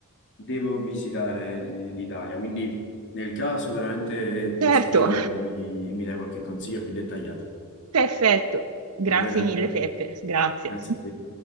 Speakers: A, on the left; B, on the right.
A: devo visitare l'Italia, quindi nel caso veramente ti
B: Certo,
A: scrivo e mi, mi dai qualche consiglio più dettagliato.
B: perfetto. Grazie
A: Va bene?
B: mille, Peppe. Grazie.
A: Grazie a te.